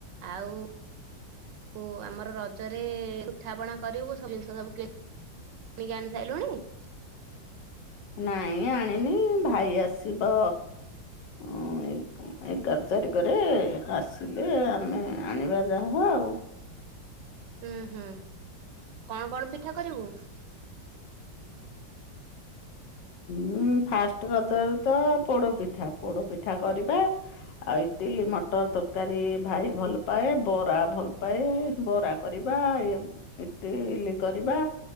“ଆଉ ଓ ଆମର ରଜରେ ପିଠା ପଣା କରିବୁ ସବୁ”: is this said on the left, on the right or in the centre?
Right